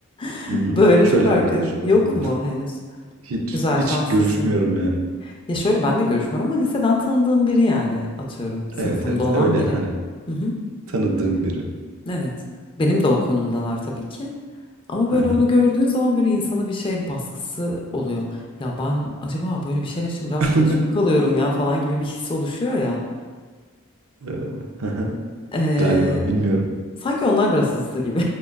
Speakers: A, on the left (about 25°); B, on the right (about 80°).
A: <laughs>
B: Hı hı.
A: Böyle
B: Hiç
A: çok
B: öyle
A: arka
B: arkadaşım yok
A: yok
B: benim.
A: mu henüz?
B: Hiç
A: Güzel
B: hiç
A: şanslısın.
B: görüşmüyorum yani.
A: Ya şöyle ben de görüşmüyorum ama liseden tanıdığım biri yani atıyorum sınıfımda
B: Evet evet
A: olan
B: öyle
A: biri.
B: hani
A: Hı hı.
B: tanıdığım biri.
A: Evet. Benim de o konumdalar tabii ki. Ama böyle
B: Hı hı.
A: onu gördüğün zaman böyle insana bir şey baskısı oluyor. Ya ben acaba böyle bir şeyler için biraz
B: <laughs>
A: geç mi kalıyorum ya falan gibi bir his oluşuyor ya.
B: Eee, hı hı.
A: Ee,
B: Galiba bilmiyorum.
A: Sanki onlar biraz hızlı gibi.